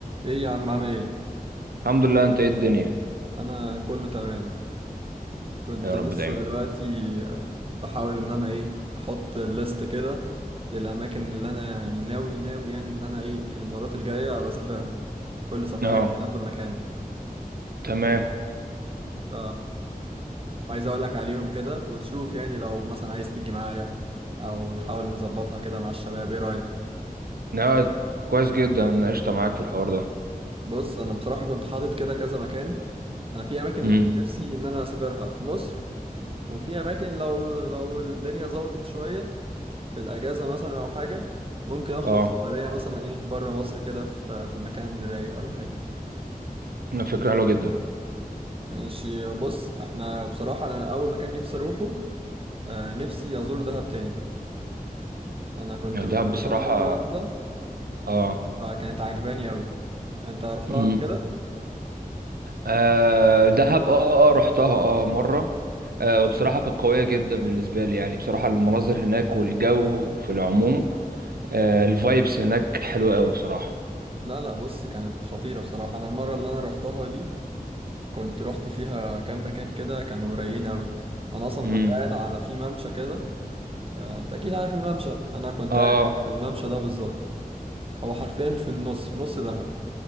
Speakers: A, on the right; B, on the right.
A: ايه يا عم عامل ايه
B: الحمد لله انت ايه الدنيا
A: انا كله تمام كنت
B: يا
A: لسه
B: رب دايما
A: دلوقتي بحاول ان انا ايه احط الليست كده للاماكن اللي انا يعني ناوي ناوي يعني ان انا ايه المرات الجايه بسافرها كل سفريه
B: اه
A: كده اخد مكان
B: تمام
A: ف عايز اقول لك عليهم كده وتشوف يعني لو مثلا عايز تيجي معايا او نحاول نظبطها كده مع الشباب ايه رايك
B: لا كويس جدا انا قشطه معاك في الحوار ده
A: بص انا بصراحه كنت حاطط كده كذا مكان انا في اماكن
B: امم
A: يعني نفسي ان انا اسافرها في مصر وفي اماكن لو لو الدنيا ظبطت شويه في الاجازه مثلا او حاجه ممكن اخطف
B: اه
A: سفريه مثلا ايه بره مصر كده في في مكان رايق ولا حاجه
B: لا، فكره حلوه جدا
A: ماشي بص احنا بصراحه انا اول مكان نفسي اروحه آه، نفسي ازور دهب تاني انا كنت
B: يعني
A: رحتها
B: دهب بصراحه
A: مره واحده
B: اه
A: فكانت عجباني قوي انت رحتها
B: امم
A: قبل كده
B: آه دهب اه اه رحتها اه مره آه وبصراحه كانت قويه جدا بالنسبه لي يعني بصراحه المناظر هناك والجو في العموم آه الفايبس هناك حلوه قوي بصراحه
A: لا لا بص كانت خطيره بصراحه انا المره اللي انا رحتها دي كنت رحت فيها كام مكان كده كانوا رايقين قوي انا اصلا
B: امم
A: كنت قاعد على في ممشى كده آه، انت اكيد عارف الممشى انا كنت
B: اه
A: قاعد على الممشى ده بالظبط هو حرفيا في النص في نص دهب